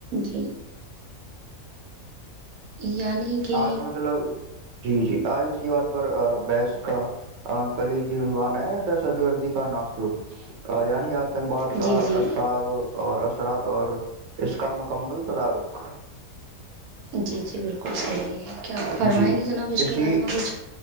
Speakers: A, on the right (about 80°); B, on the right (about 60°).
A: جی یعنی کہ
B: آج مطلب جی جی آج اسی بات پر بحث کا کلی دیونوان ہے دہشت گردی کا ناسور یعنی آپ آتنگباد
A: جی
B: کا
A: جی
B: عصاب اور اثرات اور اس کا مکمل تدارک
A: جی جی بالکل صحیح ہے کیا آپ فرمائیں
B: جی
A: گے جناب اس
B: کسی
A: کے بارے میں کچھ